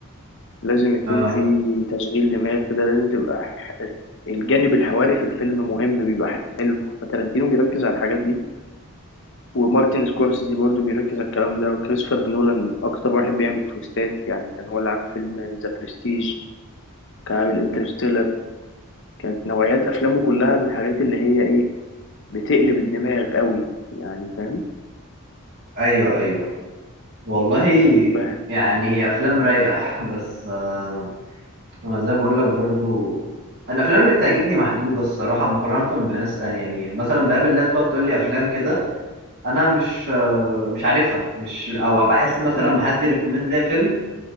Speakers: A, on the left (about 55°); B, on the right (about 45°).
A: لازم يكون
B: اه
A: فيه تشغيل دماغ كده لازم تبقى ح- الجانب الحواري في الفيلم مهم بيبقى حلو فتارنتينو بيركز على الحاجات دي ومارتن سكورسيزي برضو بيركز على الكلام ده وكريستوفر نولان اكتر واحد بيعمل تويستات يعني كان هو اللي عامل فيلم ذا برستيج كان عامل انترستيلر كانت نوعيات افلامه كلها من الحاجات اللي هي ايه بتقلب الدماغ قوي يعني فاهم
B: ايوه ايوه والله
A: بهنا
B: يعني
A: اه
B: هي افلام رايقه <laughs> بس آه انا زي ما بقول لك برضو الافلام اللي بتعجبني محدوده الصراحه مقارنه بناس تانية يعني مثلا بقابل ناس بتقعد تقول لي افلام كده انا مش آه، مش عارفها مش او بحس مثلا
A: مم.
B: لما حد يريكومند ليا فيلم